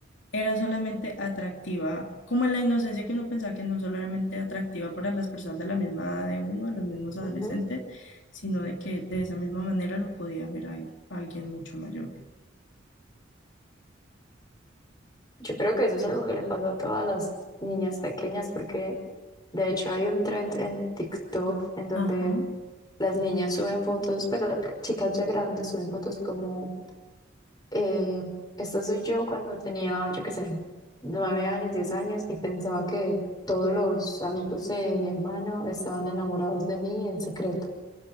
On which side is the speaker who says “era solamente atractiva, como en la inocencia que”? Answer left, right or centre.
Left